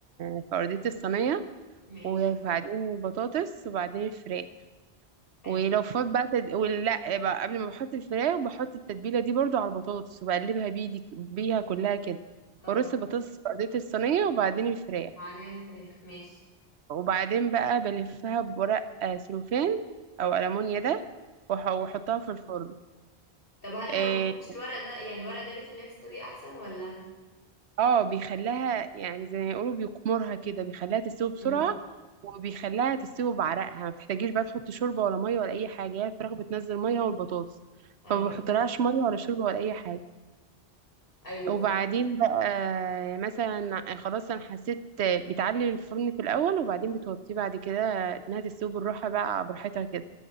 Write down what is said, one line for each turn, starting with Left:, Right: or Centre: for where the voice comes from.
Right: في أرضية الصينية
Left: ماشي
Right: وبعدين بطاطس وبعدين الفراخ
Left: حلو
Right: ولو فات بقى تد... ولا بقى قبل ما بحط الفراخ بحط التتبيلة دي برضو على البطاطس وبقلبها بيدي بيها كلها كده
Left: اه
Right: برص البطاطس في أرضية الصينية وبعدين الفراخ
Left: وعليها الفراخ ماشي
Right: وبعدين بقى بلفها بورق آه، سلوفان أو ألمونيا ده وأح- وأحطها
Left: مم.
Right: في الفرن
Left: طب هل
Right: آه،
Left: لو ما فيش الورق ده يعني الورق ده بيخليها تستوي احسن ولا
Right: اه بيخليها يعني زي ما يقولوا بيقمرها كده بيخليها تستوي بسرعة
Left: امم
Right: وبيخليها تستوي بعرقها ما بتحتاجيش بقى تحط شوربة ولا مية ولا أي حاجة هي الفراخ بتنزل مية والبطاطس
Left: ايوه
Right: فما بحطلهاش
Left: ايوه
Right: مية ولا شوربة ولا أي حاجة
Left: ايوه
Right: وبعدين بقى مثلا خلاص أنا حسيت بتعلي الفرن في الأول وبعدين بتوطيه بعد كده إنها تستوي بالراحة بقى براحتها كده